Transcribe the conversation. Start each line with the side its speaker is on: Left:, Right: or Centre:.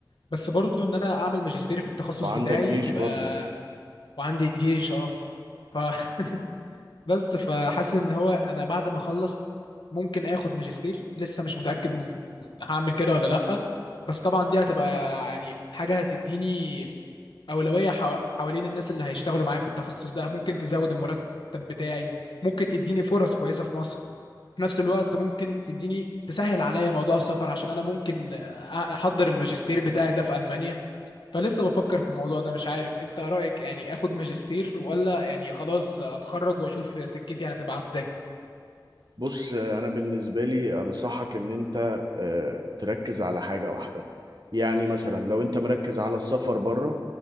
Left: بس برضو ان انا اعمل ماجستير في التخصص
Right: وعندك
Left: بتاعي
Right: جيش
Left: بيبقى
Right: برضو
Left: وعندي جيش اه ف <laughs> بس فحاسس ان هو انا بعد ما اخلص ممكن اخد ماجستير لسه مش متأكد هعمل كده ولا لأ بس طبعا دي هتبقى يعني حاجة هتديني اولويه حو- حوالين الناس اللي هيشتغلوا معايا في التخصص ده ممكن تزود المرتب بتاعي ممكن تديني فرص كويسه في مصر في نفس الوقت ممكن تديني تسهل عليا موضوع السفر عشان انا ممكن أ- احضر الماجستير بتاعي ده في المانيا فلسه بفكر في الموضوع ده مش عارف انت رايك يعني اخد ماجستير ولا يعني خلاص اتخرج واشوف سكتي هتبقى عامله ازاي
Right: بص انا بالنسبه لي انصحك ان انت آه، تركز على حاجه واحده يعني مثلا لو انت مركز على السفر بره